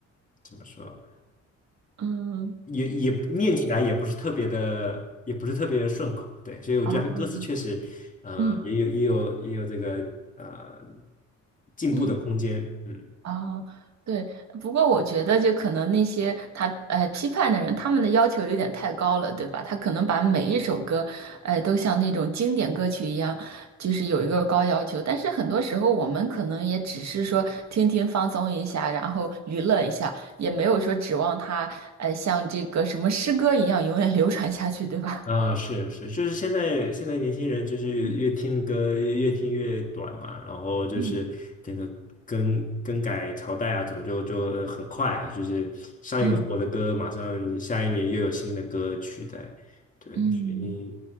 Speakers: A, on the left; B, on the right.
A: 怎么说，
B: 嗯，
A: 也也念起来也不是特别的，也不是特别的顺口，对，所以我觉得他歌词确实，
B: 哦，
A: 呃，
B: 嗯
A: 也有也有也有这个呃进步的空间，
B: 嗯。
A: 嗯。
B: 哦，对，不过我觉得就可能那些他呃批判的人，他们的要求有点太高了，对吧？他可能把每一首歌，呃，都像那种经典歌曲一样，就是有一个高要求。但是很多时候，我们可能也只是说听听放松一下，然后娱乐一下，也没有说指望它，呃，像这个什么诗歌一样永远 <laughs> 流传下去，对吧？
A: 啊，是是，就是现在现在年轻人就是越听歌越听越短嘛，
B: 嗯
A: 然后就是这个更更改朝代啊，
B: 嗯
A: 怎么就就呃很快，就是上一个火的歌，
B: 嗯
A: 马上下一年又有新的歌取代，对，
B: 嗯
A: 所以